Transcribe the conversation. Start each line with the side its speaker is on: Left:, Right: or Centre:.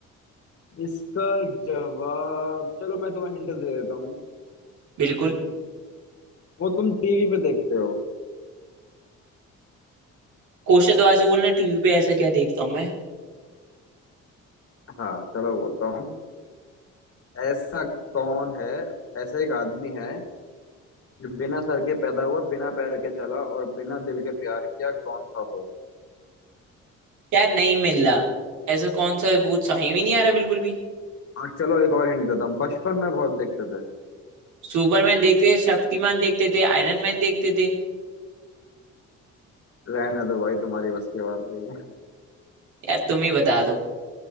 Left: इसका जवाब चलो मैं तुम्हें हिंट दे देता हूँ
Right: बिल्कुल
Left: वो तुम टीवी पे देखते हो
Right: क्वेश्चन दोबारा से बोलना टीवी पे ऐसा क्या देखता हूँ मैं
Left: हाँ चलो बोलता हूँ ऐसा कौन है ऐसा एक आदमी है जो बिना सर के पैदा हुआ बिना पैर के चला और बिना दिल के प्यार किया कौन था वो
Right: यार नहीं मिल रहा ऐसा कौन सा वो सही में नहीं आ रहा बिल्कुल भी
Left: और चलो एक और हिंट देता हूँ बचपन में बहुत देखते थे
Right: सुपरमैन देखते थे शक्तिमान देखते थे आयरन मैन देखते थे
Left: रहने दो भाई तुम्हारी बस की बात नहीं है
Right: यार तुम ही बता दो